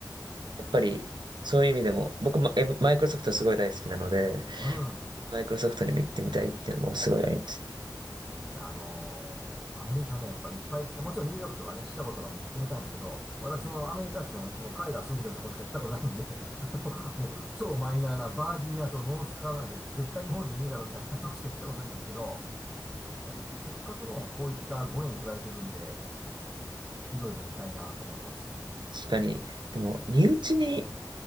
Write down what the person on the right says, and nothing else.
やっぱり、そういう意味でも、僕も、えマイクロソフトすごい大好きなので、
マイクロソフトにも行ってみたいっていうのもすごいあります。
はい
確かに、でも、身内に